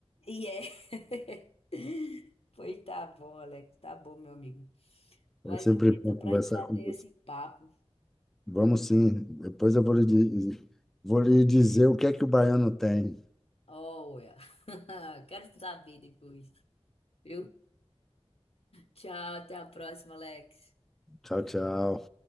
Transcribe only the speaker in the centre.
É sempre
bom
conversar
com você.
Vamos sim, depois eu vou lhe, di- vou lhe dizer o que é que o baiano tem.
Tchau, tchau.